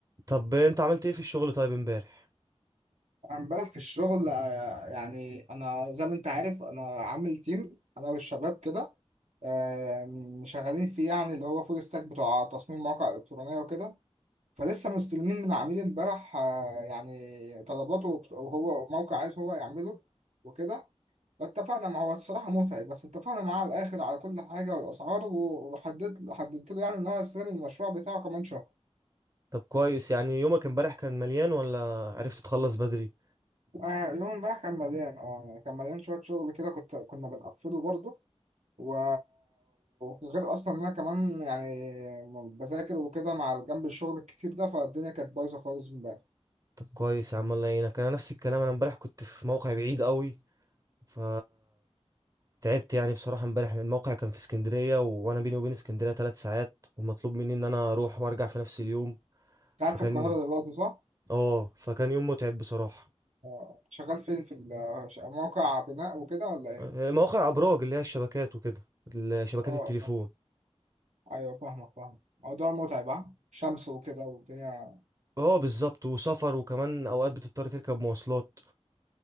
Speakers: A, on the right; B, on the right.
A: طب انت عملت ايه في الشغل طيب امبارح
B: امبارح في الشغل آه، يعني انا زي ما انت عارف انا عامل تيم انا والشباب كده آم، شغالين فيه يعني اللي هو فول ستاك بتوع تصميم مواقع الكترونيه وكده فلسه مستلمين من عميل امبارح آه، يعني طلباته وهو موقع عايز هو يعمله وكده فاتفقنا معاه هو الصراحه متعب بس اتفقنا معاه على الاخر على كل حاجه والاسعار و- وحددت حددت له يعني ان هو يستلم المشروع بتاعه كمان شهر
A: طب كويس يعني يومك امبارح كان مليان ولا عرفت تخلص بدري
B: آه، يوم امبارح كان مليان اه يعني كان مليان شويه شغل كده كنت كنا بنقفله برضه و- وغير اصلا ان انا كمان يعني بذاكر وكده مع جنب الشغل الكتير ده فالدنيا كانت بايظه خالص امبارح
A: طب كويس يا عم الله يعينك انا نفس الكلام انا امبارح كنت في موقع بعيد قوي ف تعبت يعني بصراحة امبارح الموقع كان في اسكندرية وانا بيني وبين اسكندرية ثلاث ساعات والمطلوب مني ان انا اروح وارجع في نفس اليوم
B: قاعد
A: فكان
B: في القاهره دلوقتي صح؟
A: اه فكان يوم متعب بصراحة
B: آه. شغال فين في ال- ش- موقع بناء وكده ولا ايه؟
A: اه، مواقع ابراج اللي هي الشبكات وكده ال- شبكات
B: اه
A: التليفون
B: اه ايوه فاهمك فاهمك موضوع متعب ها شمس وكده والدنيا
A: اه بالظبط وسفر وكمان اوقات بتضطر تركب مواصلات